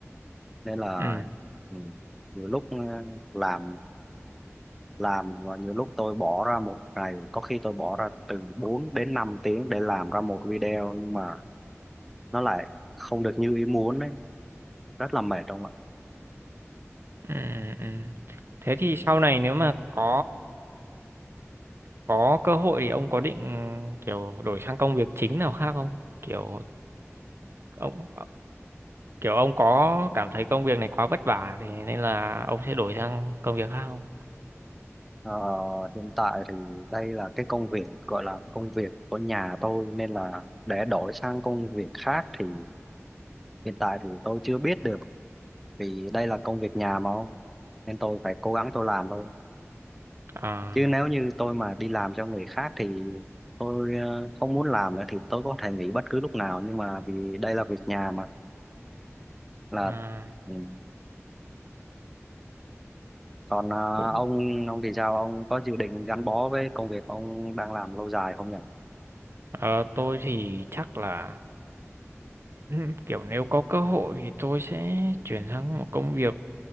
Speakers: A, in the centre; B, on the right.
A: nên là
B: ừ
A: ừ, nhiều lúc ờ, làm làm và nhiều lúc tôi bỏ ra một ngày có khi tôi bỏ ra từ 4 đến 5 tiếng để làm ra một video nhưng mà nó lại không được như ý muốn ấy rất là mệt không ạ
B: Ừ, ừ. Thế thì sau này nếu mà có có cơ hội thì ông có định kiểu đổi sang công việc chính nào khác không? Kiểu ông kiểu ông có cảm thấy công việc này quá vất vả thì nên là ông sẽ đổi sang công việc khác không?
A: Ờ, hiện tại thì đây là cái công việc gọi là công việc của nhà tôi nên là để đổi sang công việc khác thì hiện tại thì tôi chưa biết được vì đây là công việc nhà mà không nên tôi phải cố gắng tôi làm thôi
B: À,
A: chứ nếu như tôi mà đi làm cho người khác thì tôi ờ, không muốn làm nữa thì tôi có thể nghỉ bất cứ lúc nào nhưng mà vì đây là việc nhà mà là
B: à
A: ừ. còn ờ,
B: cũng
A: ông ông thì sao ông có dự định gắn bó với công việc ông đang làm lâu dài không nhỉ
B: ờ, tôi thì chắc là <clears throat> ừm, kiểu nếu có cơ hội thì tôi sẽ chuyển sang một công việc